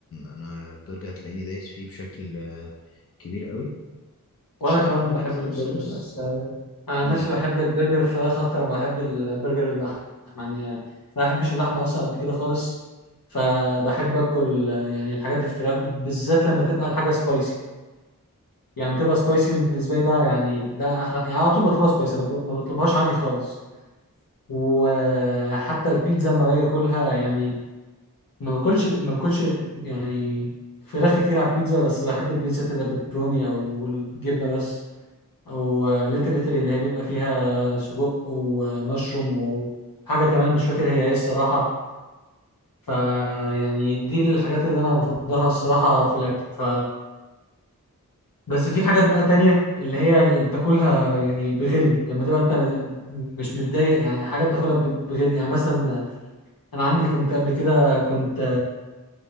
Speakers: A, on the left; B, on the left.
A: انا البرجر هتلاقيني دايس فيه بشكل آه كبير قوي
B: وانا
A: مش عارف
B: كمان
A: البيتزا
B: بحب البرجر
A: نص نص
B: بس انا عن
A: اه
B: نفسي بحب البرجر الفراخ اكتر ما بحب البرجر اللحم يعني انا ما بحبش اللحمه اصلا قد كده خالص فبحب اكل آه، يعني الحاجات الفراخ بالذات لما تبقى الحاجه سبايسي يعني لما تبقى سبايسي بالنسبه لي ده يعني ده احلى يعني على طول بطلبها سبايسي ما بط- ما بطلبهاش عادي خالص وحتى البيتزا لما باجي اكلها يعني ما باكلش ما باكلش يعني فراخ كتير على البيتزا بس بحب البيتزا تبقى بيبروني او الجبنه بس او ليتل ايطالي اللي هي بيبقى فيها سجق ومشروم وحاجه كمان مش فاكر هي ايه الصراحه فيعني دي الحاجات اللي انا بفضلها الصراحه في الاكل ف بس في حاجات بقى تانية اللي هي اللي بتاكلها يعني بغل لما تبقى انت م- مش متضايق يعني حاجة بتاكلها ب- بغل يعني مثلا انا عندي كنت قبل كده كنت